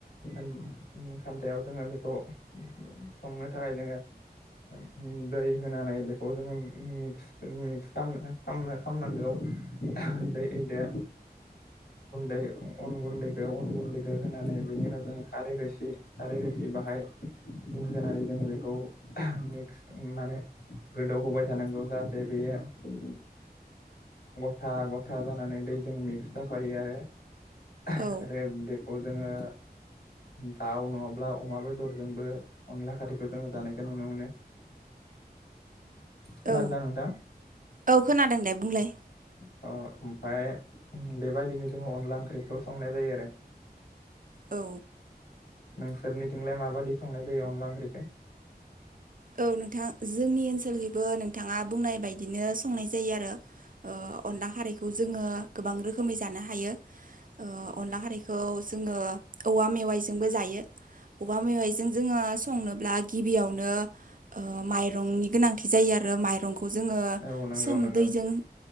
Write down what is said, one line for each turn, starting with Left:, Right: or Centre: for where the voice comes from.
Left: खान खान्थायाव जोङो बे। खौ संनो थाखाय जोङो ओ दै होन नानै बेखौ जोङो मि मिक्स मिक्स खाम खाम खामनांगौ। उन्दै दो उन्दै अन गुन्दैखो अन गुनन्दैखौ होनानै बे उनाव जोङो। खारै रोसि खारै रोसि बाहाय होनानै जोंङो बेखौ। मिक्स माने गोदौ होबाय थानांगौ जाहाथे बेयो उम। गथा गथा जानानै दैजों मिक्स जाफायो। आरो
Right: औ
Left: बेखौ जोङो। दाउ नङाब्ला अमा बेदरजोंबो अनला खारैखौ जों जानायख बे नुनो मोनो। खोनादोंना
Right: औ
Left: नोंथां
Right: औ खोनादोंले बुंलाय।
Left: अ ओमफ्राय उम बेबायदिनो जोङो अनला ओंख्रिखौ संनाय जायो आरो।
Right: औ।
Left: नोंसोरनिथिंलाय माबायदि संनाय जायो अनला ओंख्रिखो।
Right: औ नोंथां जोंनि ओनसोलनिबो नोंथाङा बुंनाय बायदिनो संनाय जायो आरो। ओ अनला खारैखौ जोङो गोबां रोखोमै जानो हायो। ओ अनला खारैखौ जोङो औवा मेवाइजोंबो जायो। अबेबा मेवाइजों जोङो संनोब्ला गिबियावनो। ओ माइरंनि गोनांथि जायो आरो माइरं। खौ जोङो
Left: औ नंगौ
Right: सोम
Left: नंगौ
Right: दैजों